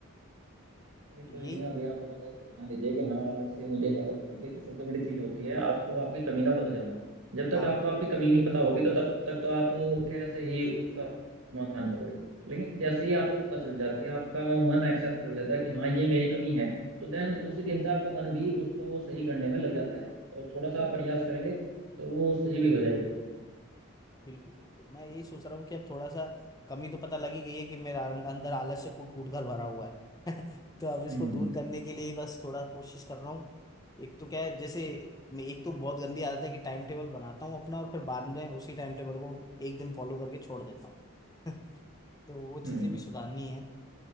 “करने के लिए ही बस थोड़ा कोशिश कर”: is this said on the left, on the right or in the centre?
Left